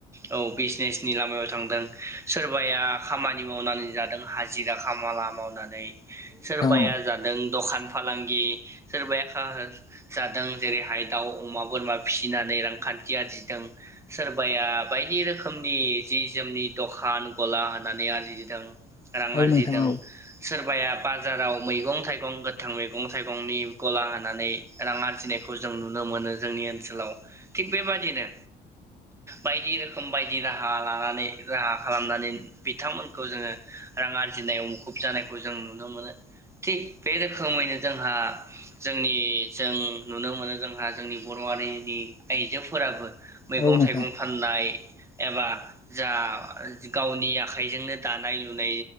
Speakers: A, on the right; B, on the left.
A: औ बिजनेसनि लामायाव थांदों सोरबाया खामानि मावनानै जादों हाजिरा खामला मावनानै सोरबाया
B: औ
A: जादों दखान फालांगि सोरबाया जादों जेरैहाय दाउ अमा बोरमा फिसिनानै रां खान्थि आरजिदों सोरबाया बायदि रोखोमनि जि जोमनि दखान गला होनानै आरजिदों। रां आरजिदों
B: नोंथां औ नोंथां औ
A: सोरबाया बाजाराव मैगं थाइगं गो गोथां मैगं थाइगंनि गला होनानै रां आरजिनायखौ जों नुनो मोनो जोंनि ओनसोलाव। थिग बेबादिनो बायदि रोखोम बायदि राहा राहा लानानै राहा खालामनानै बिथांमोनखौ जोङो रां आरजिनायाव मुखुब जानायखौ जों नुनो मोनो। थिग बे रोखोमैनो जोंहा, जोंनि जों नुनो मोनो जोंहा जोंनि बर' हारिनि आइजोफोराबो मैगं
B: औ नोंथां
A: थाइगं फाननाय एबा जा गावनि आखाइजोंनो दानाय- लुनाय